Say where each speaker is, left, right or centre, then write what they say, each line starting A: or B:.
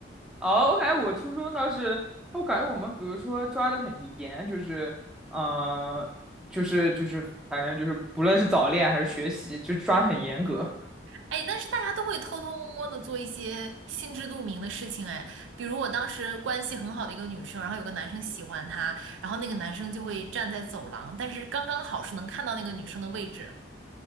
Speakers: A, in the centre; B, on the right.
A: 哦，我感觉我初中倒是，我感觉我们比如说抓的很严，就是嗯、呃就是就是反正就是不论是早恋还是学习，就抓得很严格。
B: 哎，但是大家都会偷偷摸摸的做一些心知肚明的事情，哎，比如我当时关系很好的一个女生，然后有个男生喜欢她，然后那个男生就会站在走廊，但是刚刚好是能看到那个女生的位置，